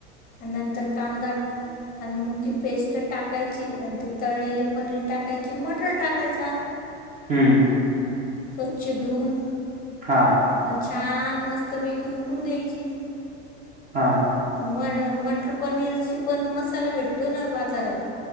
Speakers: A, on the left; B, on the right.
A: आणि नंतर कांदा आणि मग ती पेस्ट टाकायची आणि ती तळलेली पनीर टाकायची मटर टाकायचा..
B: हम्म
A: स्वच्छ धुून..
B: हा..
A: पण छान मस्त पैकी उकडू द्यायची.
B: हा..
A: म मटर पनीर पण मसाला भेटतो ना बाजारात..